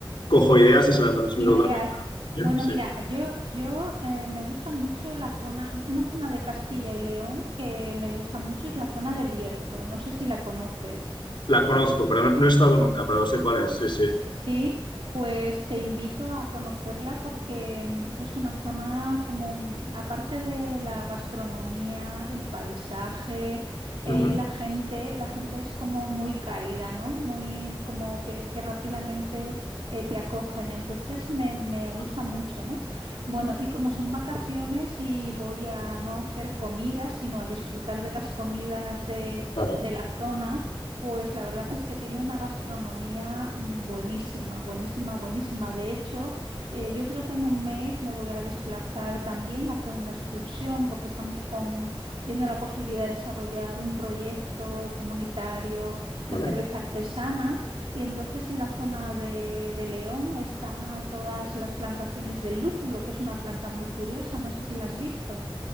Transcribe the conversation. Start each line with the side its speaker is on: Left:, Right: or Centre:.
Left: cojo ideas y se las transmito
Right: Ideas.
Left: también.
Right: Bueno,
Left: Sí.
Right: mira, yo, yo eh, me gusta mucho la zona, una zona de Castilla y León que me gusta mucho es la zona del Bierzo. No sé si la conoces.
Left: La conozco, pero no, no he estado nunca, pero sé cuál es, sí, sí.
Right: Sí, pues te invito a conocerla porque mm, es una zona como, mm, aparte de la gastronomía, el paisaje, eh,
Left: Ujú.
Right: la gente, la gente es como muy cálida, ¿no? Muy como que, que rápidamente eh, te acogen. Entonces me, me gusta
Left: Ah,
Right: mucho, ¿no? Bueno, y como son vacaciones y voy a no hacer comida, sino a disfrutar de las comidas de,
Left: Claro,
Right: de la zona pues la verdad es que tiene una gastronomía mm, buenísima, buenísima, buenísima. De hecho, eh, yo creo que en un mes me voy a desplazar también a hacer una excursión porque estamos con, viendo la posibilidad de desarrollar un proyecto comunitario
Left: vale.
Right: de cerveza artesana. Y entonces en la zona de, de León está todas las plantaciones del lúpulo, que es una planta muy curiosa. No sé si la has visto.